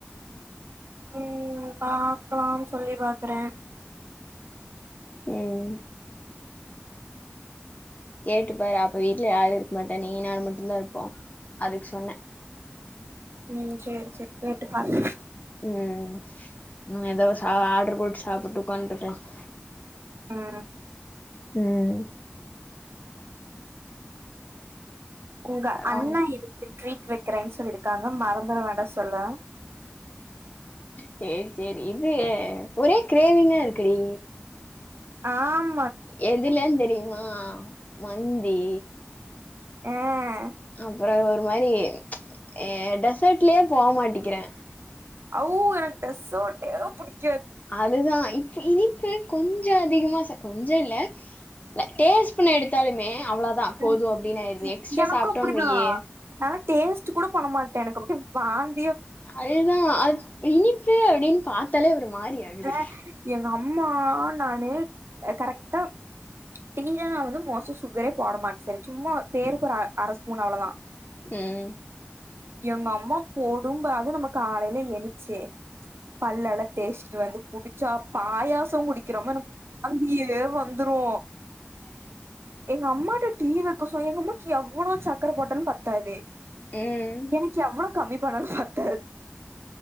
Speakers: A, on the right (about 85°); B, on the left (about 40°).
A: உஹம் பாக்கலாம் சொல்லி பாக்குறே
B: உம் கேட்டுப்பாரு அப்ப வீட்டுல யாரு இருக்க மாட்டாங்க நீயி நா மட்டு தா இருப்போ அதுக்கு சொன்ன
A: உம் செரி செரி கேட்டு பாக்கறே
B: உஹம் ந ஏதாசு ஆர்டரு போட்டு சாப்பிட்டு உக்காந்துட்டுருக்கலா
A: உம்
B: உம்
A: உங்க
B: பரவால்ல
A: அண்ணா இருக்கு ட்ரீட் வெக்கிறேன்னு சொல்லியிருக்காங்க மறந்துட வேண்டா சொல்லு
B: செரி செரி இது ஒரே கிரேவிங்கா இருக்குடி
A: ஆம்
B: எதுலேன்னு தெரியுமா ஆஹ மந்தி
A: ஆஹ்
B: அப்புற ஒரு இந்த மாரி் அ டெசர்ட்லயே போக மாட்டிக்கிறே
A: அவ் எனக்கு டேசாட்டே புடிக்
B: அதுதா இனிப்பு கொஞ்சோ அதிகமா சேக் கொஞ்சோ இல்லே டேஸ்ட் பண்ண எடுத்தாலுமே அவ்ள தா போது
A: ம்
B: அப்டின்னு ஆயிடுது
A: இ
B: எக்ஸ்ட்ரா
A: எனக்கு
B: சாப்பிட்டோம்ன்னு
A: அப்டிதா
B: வையே
A: நாலா டேஸ்ட் கூட பண்ண மாட்டேன் எனக்கு அப்டியே வாந்
B: அது தா அது இனிப்பு அப்டின்னு பாத்தாலே ஒரு மாரி <unintelligible>
A: அ எங்க அம்மா நானு கரெக்டா டீ ல நா வந்து மோஸ்ட்லி சுகரே போட மாட்ட செரி சும்மா பேருக்கு ஒரு அ அரை ஸ்பூன் அவ்வளவுதா
B: உஹம்
A: எங்க அம்மா போடும் ப அதா நமக்கு காலையில எழுச்சு பல்லெல்லாதேச்சு வந்து குடிச்சா பாயாசம் த்தோ குடிக்கிறோமோ எனக் வாந்தியே வந்து வந்துரு எங்க அம்மாகிட்ட டீ வெக்க சொல்லி எங்க அம்மாக்கு எவ்ளோ சர்க்கர போட்டாலும் பத்தாது
B: ம்.
A: எனக்கு எவ்வளவு கம்மி பணம் பத்தா